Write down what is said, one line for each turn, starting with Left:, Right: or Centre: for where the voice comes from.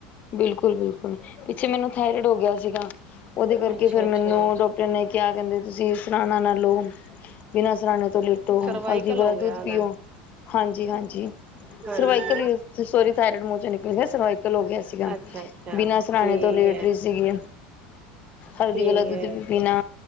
Left: ਬਿਲਕੁਲ-ਬਿਲਕੁਲ, ਪਿੱਛੇ ਮੈਨੂੰ ਥਾਇਰੋਡ ਹੋ ਗਿਆ ਸੀ ਗਾ, ਉਹਦੇ ਕਰਕੇ
Right: ਅੱਛਾ-ਅੱਛਾ
Left: ਫਿਰ ਮੈਨੂੰ ਡੋਕ ਨੇ ਕਿਆ ਕਹਿੰਦੇ ਤੁਸੀਂ ਸੁਰਾਣਾ ਨਾ ਲੋ, ਬਿਨਾਂ ਸਰਾਣੇ ਤੋਂ ਲੇਟ ਤੋ
Right: ਸਰਵਾਈਕਲ
Left: ਹਲਦੀ ਵਾਲਾ
Right: ਹੋ ਗਿਆ
Left: ਦੁੱਧ
Right: ਹੋਣਾ।
Left: ਪੀਓ, ਹਾਂਜੀ-ਹਾਂਜੀ।
Right: ਹਾਂਜੀ
Left: ਸਰਵਾਈਕਲ ਸੋਰੀ ਥਾਇਰੋਡ ਮੁੰਹ ਚੋ ਨਿਕਲ ਗਿਆ ਸਰਵਾਈਕਲ ਹੋ ਗਿਆ ਸੀਗਾ
Right: ਅੱਛਾ-ਅੱਛਾ
Left: ਬਿਨਾਂ
Right: ਠੀਕ
Left: ਸਰਾਣੇ ਤੋਂ ਲੇਟ
Right: ਹੈ
Left: ਰਹੀ ਸੀ ਗੇ ਹਲਦੀ
Right: ਠੀਕ
Left: ਵਾਲਾ ਦੁੱਧ
Right: ਹੈ
Left: ਵੀ ਪੀਣਾ